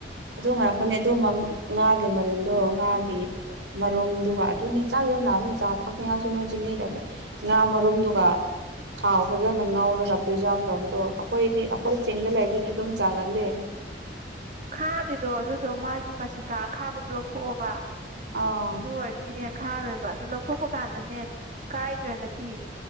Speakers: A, on the right; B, on the right.
A: ꯑꯗꯨ ꯉꯥꯛꯄꯅꯦ ꯑꯗꯨꯃꯛ ꯉꯥꯒꯤ ꯃꯔꯦꯟꯗꯣ ꯉꯥꯒꯤ ꯃꯔꯨꯝꯗꯨꯒ ꯑꯗꯨꯅꯤ ꯆꯥꯛ ꯌꯥꯝ ꯂꯛꯑꯃꯦꯅꯤ ꯆꯥ ꯊꯛꯅꯤꯉꯁꯨ ꯅꯣꯏ ꯆꯤꯡ ꯂꯩꯇꯦ ꯉꯅꯥ ꯃꯔꯨꯝꯗꯨꯒ ꯊꯥꯎ ꯐꯖꯅ ꯉꯧꯔꯒ ꯄ꯭ꯔꯤꯖꯥꯚ ꯇꯧꯕꯗꯣ ꯑꯩꯈꯣꯏꯗꯤ ꯑꯩꯈꯣꯏ ꯆꯤꯡꯗ ꯂꯥꯏꯁꯤꯡ ꯑꯗꯨꯝ ꯆꯥꯒꯂ
B: ꯈꯥꯗꯗꯨꯣ ꯑꯗꯨ ꯑꯗꯣ ꯃꯥꯒꯤ ꯃꯁꯤꯡꯀꯥ ꯑꯈꯥꯕꯗꯣ ꯂꯧꯊꯣꯛꯑꯣꯕ
A: ꯑꯥ
B: ꯑꯗꯨ ꯑꯣꯏꯔꯗꯤꯅꯦ ꯊꯥꯔꯣꯏꯕ ꯑꯗꯨ ꯂꯧꯊꯣꯛꯄ ꯀꯥꯟꯗꯅꯦ ꯀꯥꯏꯈ꯭ꯔꯒꯗꯤ